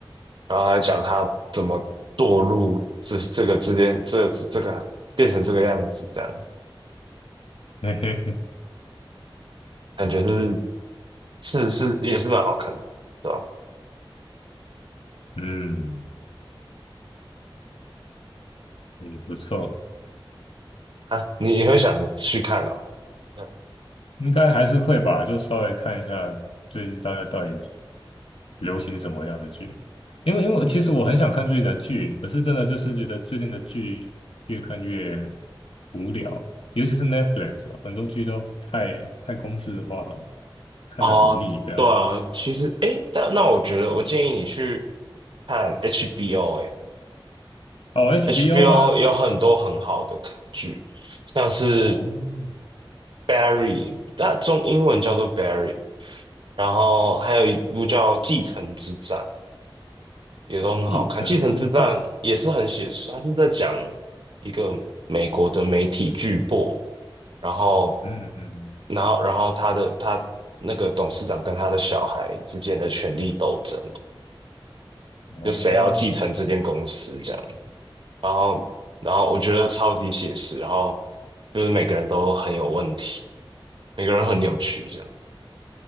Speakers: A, on the right; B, on the left.
A: 然后还讲他怎么堕入这这个之间这这个变成这个样子这样。
B: 嘿嘿嘿，
A: 感觉就是是是也是蛮好看的，对吧？
B: 嗯，也不错，
A: 啊，你也会想去看哦。嗯
B: 应该还是会吧，就稍微看一下最近大家到底流行什么样的剧？因为因为我其实我很想看最近的剧，可是真的就是觉得最近的剧越看越无聊，尤其是 Netflix 啊，很多剧都太太公式化了，看得很腻这样。
A: 哦，对啊，其实诶，但那我觉得我建议你去看 HBO，诶
B: 哦，HBO
A: ，HBO
B: 吗？
A: 有很多很好的剧，像是
B: 哦，
A: Barry，那中英文叫做 Barry，然后还有一部叫《继承之战》，也都很好看。
B: 《继城之战》，
A: 《继承之战》也是很写实，它就是在讲一个美国的媒体巨擘，然后
B: 嗯嗯，
A: 然后然后他的他那个董事长跟他的小孩之间的权力斗争哦，
B: 嗯哦，
A: 就谁要继承这间公司这样，然后然后我觉得超级写实，然后就是每个人都很有问题，每个人很扭曲这样，